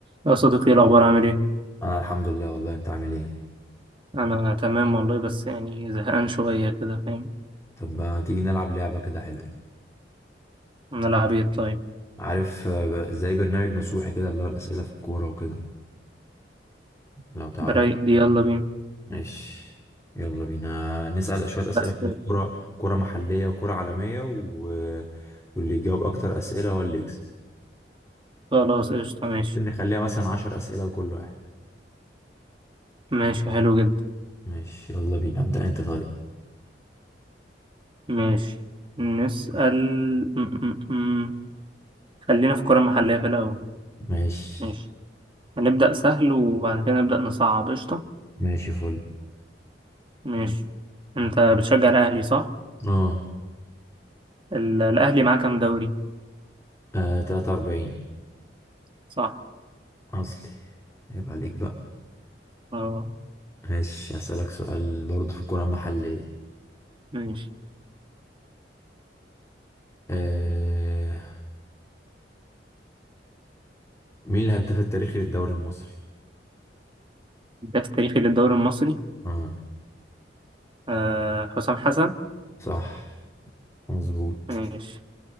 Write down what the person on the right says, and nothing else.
يا صديقي ايه الأخبار عامل ايه؟
أنا تمام والله بس يعني زهقان شوية كده فاهم
نلعب ايه طيب
رايق دي يلا بينا
بس
خلاص قشطة ماشي
ماشي حلو جدا
ماشي نسأل م- م- م. خلينا في كرة محلية في الأول
ماشي هنبدأ سهل وبعد كده نبدأ نصعب قشطة
ماشي أنت بتشجع الأهلي صح؟
ال- الأهلي معاه كام دوري؟
صح
اه
ماشي
الهداف التاريخي للدوري المصري
آه حسام حسن
ماشي